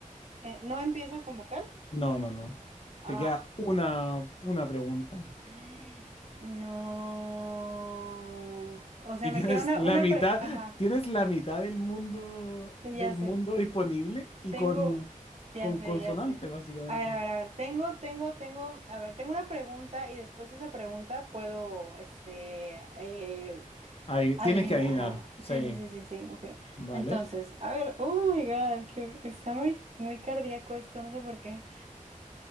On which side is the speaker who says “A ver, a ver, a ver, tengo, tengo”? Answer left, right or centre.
Right